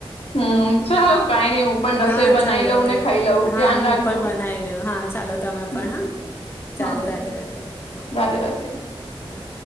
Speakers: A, on the left; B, on the left.
A: હમ ચાલો કઈ નઈ હું પણ
B: હા
A: રસોઈ બનાવી
B: ચાલો
A: લઉં
B: તો
A: ને ખાઈ લઉં
B: હા
A: ધ્યાન
B: હું
A: રાખજો
B: પણ બનાઈ લઉં હા ચાલો તમે
A: હમ
B: પણ હા
A: હા
B: ચાલો
A: હા
B: રાધે રાધે હા.
A: રાધે રાધે
B: હા.